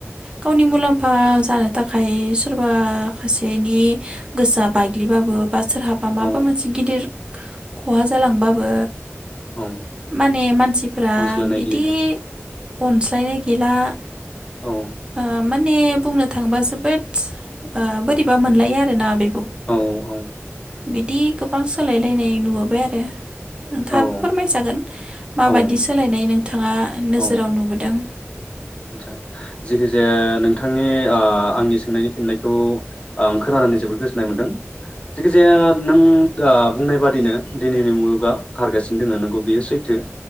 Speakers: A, on the right; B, on the left.
A: गावनि मुलाम्फा जानो थाखाय सोरबा सासेनि गोसोआ बायग्लिबाबो बा सोरहा बा
B: औ
A: माबा मोनसे गिदिर खहा जालांबाबो
B: औ
A: माने मानसिफ्रा
B: अनज्लायनाय
A: बिदि
B: गैला
A: अनज्लायनाय गैला।
B: औ।
A: ओ माने बुंनो थाङोबा जोबोद ओ बोरैबा मोनलायो आरोना बे
B: औ औ।
A: बिदि गोबां सोलायलायनाय नुबोबाय आरो। नोंथाङाबो
B: औ
A: फोरमायजागोन। माबायदि
B: औ
A: सोलायनाय बिथाङा नोजोराव
B: औ
A: नुबोदों।
B: आदसा जेखिजाया नोंथांनि ओ आंनि सोंनायनि फिननायखौ आं खोनानानै जोबोद गोजोननाय मोनदों। जखिजाया नों बुंनाय बादिनो दिनैनि मुलुगा खारगासिनो दङ नंगौ बियो सैथो।